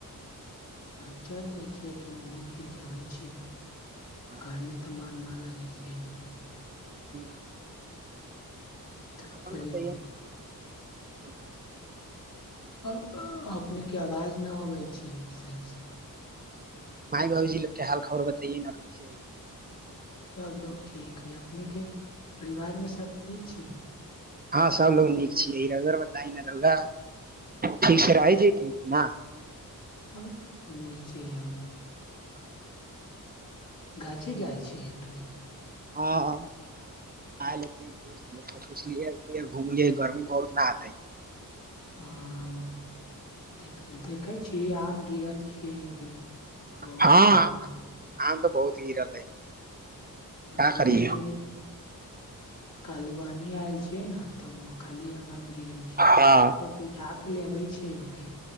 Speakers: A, on the left; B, on the right.
A: हँ चलि जाइत छियै केनौ घूमि फिर कऽ अबै छी
B: हँ
A: घर मे तऽ मन न लगे लगै छै अपनेके
B: नहि
A: तऽ
B: अपन
A: परिवार
B: बताइए न अपन कैसन मने माय
A: अ
B: बाबूजी
A: अपने के आवाज न अबै छै सही से
B: माय बाबूजी के हाल खबर बताइए न कैसे आ
A: सभ लोग ठीक हइ अपनेके परिवारमे सभ ठीक छै
B: हँ सबलोग नीक छियै रौआ बताइ न रौआ ठीक से रहै छै न
A: आ नीक छै हम गाछी जाइ छै अपने
B: हँ आयल है दोस्त सोचलिय घुमिय गर्मी बहुत न हते
A: हाँ अ देख देखै छी आम गिरल छियै अभी बहुत
B: हँ
A: ज्यादा
B: आम आम तऽ बहुत गिरल है
A: हँ
B: का
A: गिरै
B: करियै
A: छै कालुआन इहाँ आयल छियै ने तऽ ओ खाली आम गिरल छिय
B: हँ
A: त उठा के लेबे छै ओ के